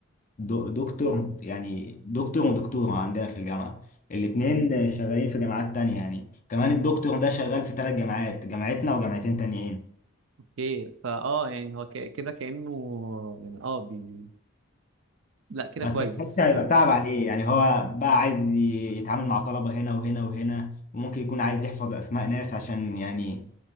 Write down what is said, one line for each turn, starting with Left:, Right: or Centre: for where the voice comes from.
Left: دو- دكتور يعني دكتور ودكتوره عندنا في الجامعه الاثنين شغالين في جامعات تانية يعني كمان الدكتور ده شغال في ثلاث جامعات جامعتنا وجامعتين تانيين
Right: اوكي فاه يعني هو ك- كده كأنه يعني اه بي... لا كده
Left: بس
Right: كويس
Left: بحس هيبقى
Right: فعلا
Left: تعب عليه يعني هو بقى عايز ي- يتعامل مع طلبة هنا وهنا وهنا وممكن يكون عايز يحفظ أسماء ناس عشان يعني